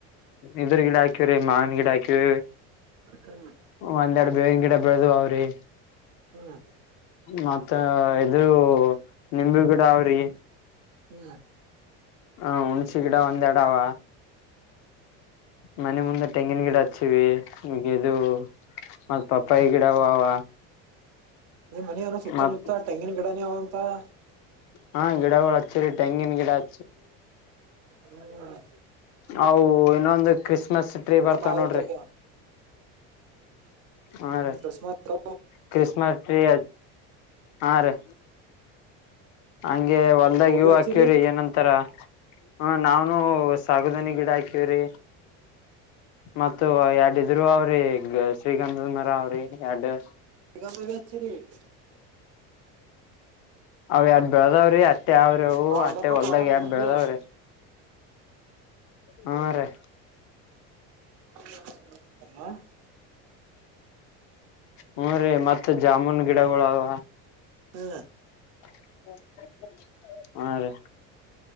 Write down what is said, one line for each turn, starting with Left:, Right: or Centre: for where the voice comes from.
Left: ಇದ್ರ ಗಿಡ ಹಾಕಿವ್ರೀ ಮಾವಿನ ಗಿಡ ಹಾಕಿವ.
Right: ಹ್ಮ್
Left: ಒಂದೆರಡು ಬೇವಿನ ಗಿಡ. ಬೆಳದುವ ಅವ್ರಿ.
Right: ಹ್ಮ್.
Left: ಮತ್ತ ಇದರು ನಿಂಬಿ ಗಿಡ ಅವ್ರಿ
Right: ಹ್ಮ್
Left: ಹ ಹುಣ್ಸಿ ಗಿಡ ಒಂದೆಡ ಅವ ಮನೆ ಮುಂದೆ ತೆಂಗಿನ ಗಿಡ ಹಚ್ಚಿವಿ ದು ಮತ್ ಪಪ್ಪಾಯ ಗಿಡವಾವ
Right: ನಿಮ್ ಮನಿಯನ ಸುತ್ತಮುತ್ತ
Left: ಮತ್
Right: ತೆಂಗಿನ <inaudible>
Left: ಹಾ ಗಿಡಗಳು ಹಚ್ಚರಿ ತೆಂಗಿನ ಗಿಡ <inaudible>
Right: ಹ್ಮ್
Left: ಹೌ ಇನೊಂದು ಕ್ರಿಸ್ಮಸ್ ಟ್ರೀ
Right: ಗಿಡ
Left: ಬರ್ತಾವ
Right: ಬಾಳ
Left: ನೋಡ್ರಿ
Right: ಉದ್ದಗ್ಯಾವ
Left: ಹಾ
Right: ಹ್ಮ್
Left: ರೀ
Right: ಅಕಸ್ಮಾತ್
Left: ಕ್ರಿಸಿಸ್ಮಸ್ ಟ್ರೀ ಹಾ ರೀ ಹಂಗೆ ಹೊಲ್ದಾಗ
Right: ಅವುಬಿ
Left: ಇವು
Right: ಹಚ್ಚಿರಿ
Left: ಅಕಿವ್ರು ಏನಂತಾರ ಹ್ಮ ನಾವೂ ಸಾಗುದನಿ ಗಿಡ ಹಾಕಿವ್ರಿ ಮತ್ತ ಎರಡ ಇದರು ಅವ್ರಿ ಶ್ರೀಗಂಧ ಮರ ಅವ್ರಿ ಎರಡು
Right: ಈಗಗ ರೀ <unintelligible>
Left: ಅವ ಎಡ್ ಬೆಳೆದಾವ್ರಿ ಅತ್ತೆ ಅವಾವ್ರಿ ಅವು
Right: ಬಾಳದಪ್ಪ
Left: ಅತ್ತೆ ಹೊಲ್ದಾಗ
Right: ತೋಟ ನಿಮಗ್ಬಿ
Left: ಎಡ್ ಬೆಳದಾವ್ರಿ ಹೂ ರಿ
Right: ಹ <inaudible>
Left: ಹ್ಮ ರೀ ಮತ್ತತ್ ಜಾಮೂನ್ ಗಿಡಗಳಾವ
Right: ಹ್ಮ
Left: <inaudible> ಹಾ ರೀ